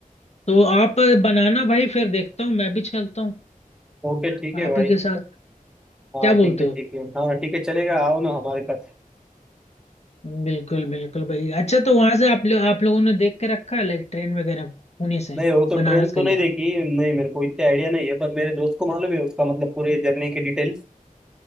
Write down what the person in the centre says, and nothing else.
ओके ठीक है
भाई
हाँ
ठीक है ठीक
है हाँ ठीक है चलेगा आओ ना हमारे पास
नहीं वो तो
ट्रेन तो
नहीं देखी नहीं मेरे को इतना आइडिया नहीं है पर मेरे दोस्त को मालूम है उसका मतलब पूरे जर्नी की डिटेल्स